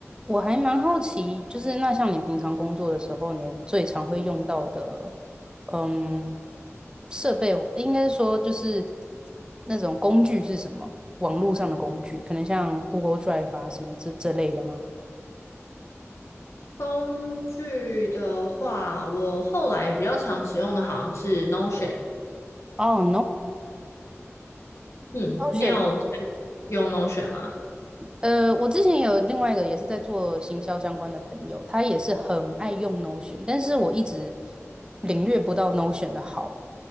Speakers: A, on the right (about 20°); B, on the left (about 65°).
A: 我还蛮好奇，就是那像你平常工作的时候，你最常会用到的，嗯，设备应该说就是那种工具是什么？网络上的工具，可能像 Google Drive 啊什么这这类的吗？
B: 工具的话，我后来比较常使用的好像是 Notion。
A: 哦
B: 嗯，
A: ，Notion，Notion，Notion，
B: 你有用 Notion 吗？
A: 呃，我之前有另外一个也是在做行销相关的朋友，他也是很爱用 Notion，但是我一直领略不到 Notion 的好，